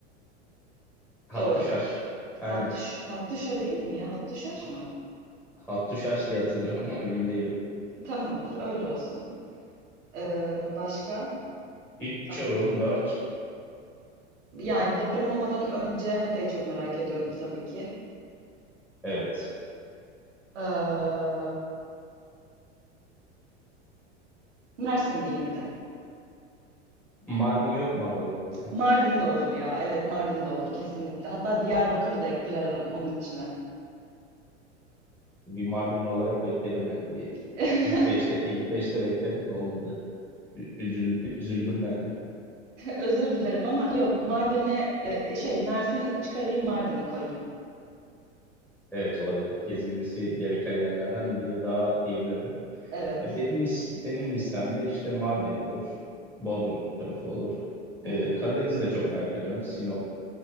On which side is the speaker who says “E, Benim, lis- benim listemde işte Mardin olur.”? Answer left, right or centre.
Centre